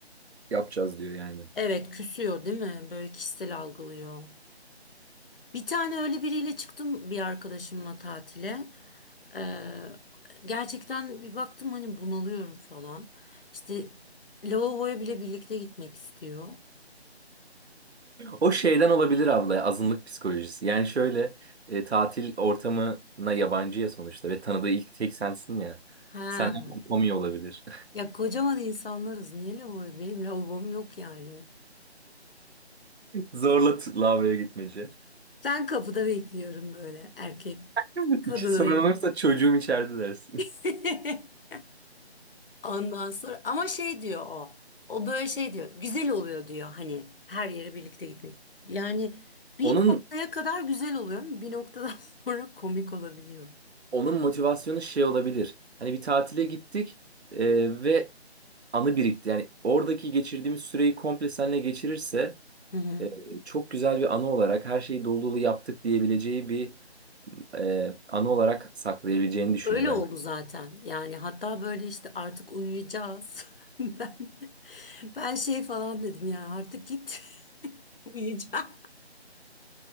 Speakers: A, on the right (about 70°); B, on the left (about 55°).
A: yapacağız diyor yani.
B: Evet küsüyor değil mi? Böyle kişisel algılıyor. Bir tane öyle biriyle çıktım bir arkadaşımla tatile. Ee, gerçekten bir baktım hani bunalıyorum falan. İşte lavaboya bile birlikte gitmek istiyor.
A: O şeyden olabilir abla azınlık psikolojisi. Yani şöyle e, tatil ortamına yabancıya sonuçta ve tanıdığı ilk tek sensin ya.
B: Ha.
A: Senden kopamıyor olabilir.
B: Ya kocaman insanlarız. Niye lavaboya? Benim lavabom yok yani.
A: <laughs> Zorla t- lavaboya gitmece.
B: Ben kapıda bekliyorum böyle erkek
A: <laughs>
B: kadını
A: Hiç Sorun
B: bek.
A: olursa çocuğum içeride dersin.
B: <laughs> Ondan sonra ama şey diyor o. O böyle şey diyor. Güzel oluyor diyor hani her yere birlikte gitmek. Yani bir
A: Onun
B: noktaya kadar güzel oluyor ama bir noktadan <laughs> sonra komik olabiliyor.
A: onun motivasyonu şey olabilir. Hani bir tatile gittik e, ve anı birikti. Yani oradaki geçirdiğimiz süreyi komple seninle geçirirse
B: Hı hı.
A: e, çok güzel bir anı olarak her şeyi dolu dolu yaptık diyebileceği bir e, anı olarak saklayabileceğini düşünüyor
B: Öyle
A: ben.
B: oldu zaten. Yani hatta böyle işte artık uyuyacağız. <laughs> Ben ben şey falan dedim ya artık git <laughs> uyuyacağım.